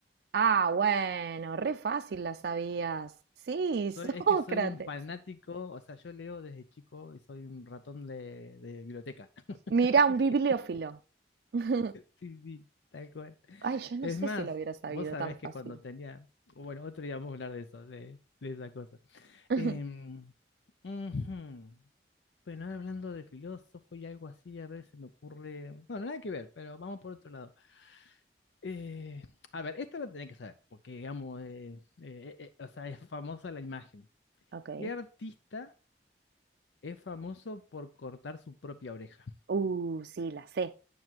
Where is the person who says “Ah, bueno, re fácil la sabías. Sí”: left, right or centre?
Right